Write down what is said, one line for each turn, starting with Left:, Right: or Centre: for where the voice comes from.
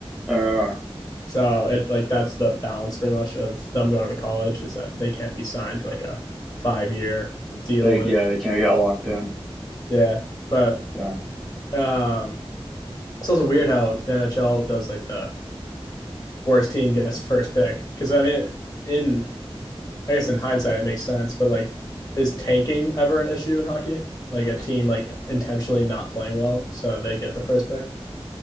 Centre: Uh.
Left: So it like that's the balance pretty much of them going to college is that they can't be signed to like a five year deal
Centre: Like
Left: with
Centre: yeah,
Left: it.
Centre: they can't get locked in.
Left: yeah. But
Centre: Yeah.
Left: um it's also weird how the NHL does like the worst team gets first pick because I mean in I guess in hindsight it makes sense, but like, is tanking ever an issue in hockey? Like a team like intentionally not playing well so they get the first pick.